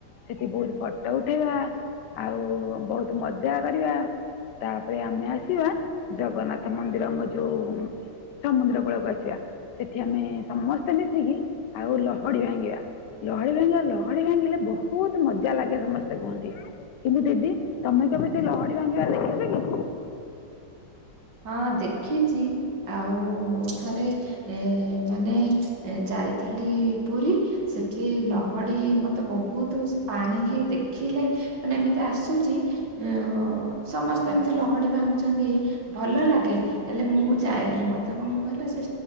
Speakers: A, on the left; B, on the right.
A: ସେଠି ବହୁତ ଫଟୋ ଉଠେଇବା ଆଉ ବହୁତ ମଜା କରିବା। ରେ ଆମେ ଆସିବା ଜଗନ୍ନାଥ ମନ୍ଦିରଙ୍କ ଯୋଉ। ସମୁଦ୍ର କୂଳକୁ ଆସିବା ସେଠି ଆମେ ସମସ୍ତେ ମିଶିକି ଆଉ ଲହଡି ଭାଙ୍ଗିବା। ଲହଡି ଭାଙ୍ଗିବା ଲହଡି ଭାଙ୍ଗିଲେ ବହୁତ ମଜା ଲାଗେ ସମସ୍ତେ କୁହନ୍ତି। କିନ୍ତୁ ଦିଦି ତମେ କେବେ ସେଇ ଲହଡି ଭାଙ୍ଗିବା ଦେଖିଛ କି?
B: ହଁ ଦେଖିଛି ଆଉ ମୁଁ ଥରେ ଏ। ମାନେ ଯାଇଥିଲି ପୁରୀ ସେଠି ଲହଡି ମତେ ବହୁତ। ବହୁତ ସେ ପାଣିିକି ଦେଖିଲେ। ମାନେ ଏମିତି ଆସୁଛି ଆ ସମସ୍ତେ ଏମତି ଲହଡି ଭାଙ୍ଗୁଛନ୍ତି। ଭଲ ଲାଗେ। ହେଲେ ମୁଁ ଯାଏନି ମତେ କଣ କହିଲ ସେ